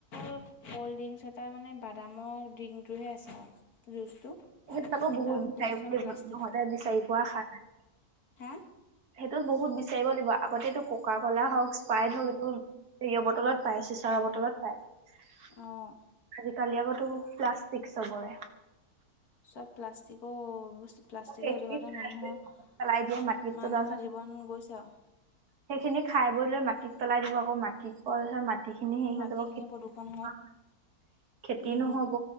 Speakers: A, on the left; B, on the right.
A: অ কল্ড ড্ৰিংকচ এটা মানে বাদামৰ ড্ৰিংকটোহে আছে। <unintelligible>
B: সেইবিলাকো বহুত
A: তাৰবাদে
B: বিচাৰি
A: চব প্লাষ্টিক
B: নহতে বিচাৰি পোৱা খাৰ
A: হা
B: সেইটো বহুত বিচাৰিব লাগিব। আগতেটো ককা কলা হওঁক পাই ধৰক এইটো তেৰিয়ৰ বটলত পাই চিচাৰ বটলত পায়।
A: অঁ
B: আজিকালি আকৌ টো প্লাষ্টিক চবৰে।
A: চব প্লাষ্টিক অ'। প্লাষ্টিকৰ
B: সেইখিনি
A: যোগতে
B: খাই
A: মানুহৰ-মানুহৰ
B: বৈ পেলাই দিয়ে মাটিত পেলোৱা পিছত
A: জীৱন গৈছে আৰু।
B: সেইখিনি খাই বৈ লৈ মাটিত পেলাই দিব। আকৌ মাটিত অকল ধৰ মাটিখিনি হেৰি হৈ
A: মাটিখিনি
B: যাব খেতিতি
A: প্ৰদূষণ
B: ন হয় খেতি
A: উম
B: নহব।